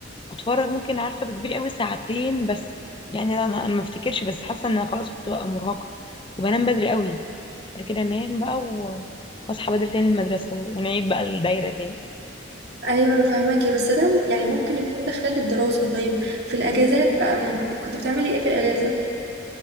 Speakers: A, on the left (about 25°); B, on the right (about 60°).
A: اتفرج ممكن عارفه بكبير قوي ساعتين بس يعني لا ما أنا ما افتكرش بس حاسه ان أنا خلاص كنت بقى مرهقه وبنام بدري قوي بعد كده انام بقى و- واصحى بدري تاني المدرسه و- ونعيد بقى الدايره تاني
B: ايوه انا فاهماكي بس ده يعني ممكن يكون ده خلال الدراسة طيب في الاجازات بقى ما كنت كنت بتعملي ايه في الاجازة